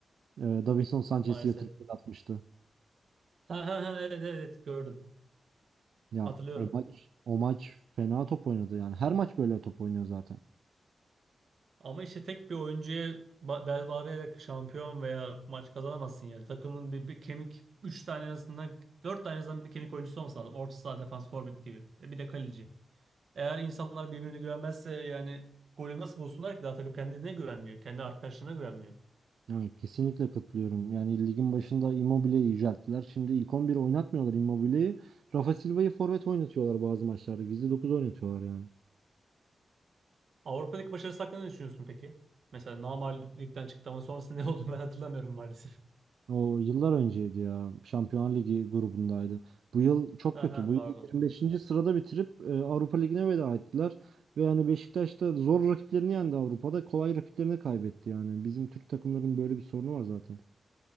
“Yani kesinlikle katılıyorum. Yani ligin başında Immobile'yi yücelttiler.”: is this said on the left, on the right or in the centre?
Right